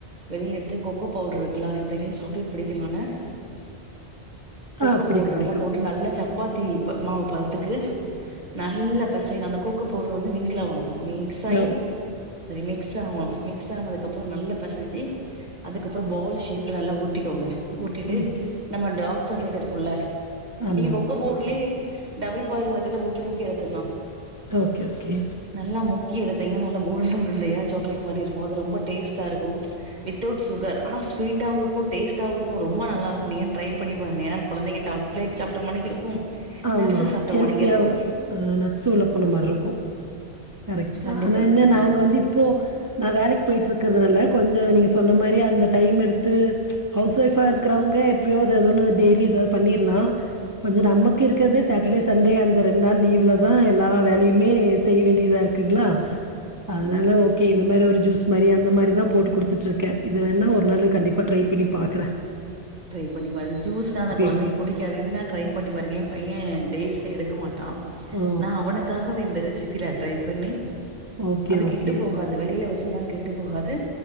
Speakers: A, on the right; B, on the right.
A: வெளியில எடுத்து கொக்கோ பவுடர் இருக்குல அந்த பெரிய சாக்லேட் பிடிக்கனால கொக்கோ
B: ஆ பிடிக்கும்,
A: பவுடர்
B: பிடிக்கும்.
A: நல்லா போட்டு நல்ல
B: ம்.
A: சப்ப சப்பாத்தி மாவு பதத்துக்கு நல்ல பெசயணு அந்த கொக்கோ பவுடர் வந்து மிங்கில் ஆகணு மிக்ஸாயி
B: ஓ.
A: சரி மிக்ஸ் ஆகணு மிக்ஸ் ஆனதுக்கு அப்புறோ நல்லா பெசஞ்சு அதுக்கப்புறோ பால் ஷேப் நல்லா ஊத்திக்கோங்க ஊட்டிட்டு
B: ஓகே.
A: நம்ம டார்க்சாக்கலேட் இருக்கும்ல
B: ஆமா.
A: நீங்க கொக்கோ பவுடர்லயே டபுள் பாலிங் பதத்தில முக்கி முக்கி எடத்துடலா
B: ஓகே, ஓகே.
A: நல்லா முக்கி எடுத்தீங்கன்னா நல்லா உருண்டை உருண்டையா சாக்லேட் மாரி இருக்கு அது ரொம்ப டேஸ்ட்டா இருக்கு வித்தவுட் சுகர் ஆனா ஸ்வீட் டா இருக்கு டேஸ்டாவு இருக்கு ரொம்ப நல்லா இருக்கு நீங்க வேணா ட்ரை பண்ணி பாருங்க என்னா குழந்தைங்க சாக்லேட் சாப்ட்ட மாணிக்க இருக்கு
B: ஆமா
A: நட்ஸு சாப்ட்ட
B: ஹெல்த்தியாவு
A: மானிக்கு இருக்கு
B: ஆ நட்ஸு உள்ள போன மாரி இருக்கு கரெக்ட் தா
A: கண்டிப்பா
B: ஆனா என்ன நாங்க
A: ம்
B: வந்து இப்போ நா வேலைக்கு போய்ட்டு இருக்கிறதுனால கொஞ்சோ நீங்க சொன்ன மாரி அந்த டைம் எடுத்து ஹவுஸ் ஒய்ஃபா இருக்கிறவங்க எப்டியோ எதாது ஒன்னு டெய்லி எதாது பண்ணிரலா கொஞ்சோ நமக்கு இருக்குரதே சாட்டர்டே சண்டே அந்த ரெண்டு நாள் லீவ்லதா எல்லா வேலயுமே செய்ய வேண்டியதா இருக்குங்களா அதனால ஓகே இந்த மாரி ஒரு ஜூஸ் மாரி அந்த மாரிதா போட்டு குடுத்துட்டு இருக்கே இது வேணா ஒரு நாள் கண்டிப்பா ட்ரை பண்ணி பாக்குறே
A: ட்ரை பண்ணி பாரு ஜூஸ் அந்த குழந்தைங்க
B: எப்படி?
A: குடிக்க காது இதுனா ட்ரை பண்ணி பாருங்க பையே டேட்ஸே எடுக்க மாட்டா
B: ஆ.
A: நா அவனுக்கு காகவே இந்த ரெசிபில ட்ரை பண்ணி
B: ஓகே,
A: அது
B: ஓகே.
A: கெட்டு போகாது வெளில வச்சுதா கெட்டு போகாது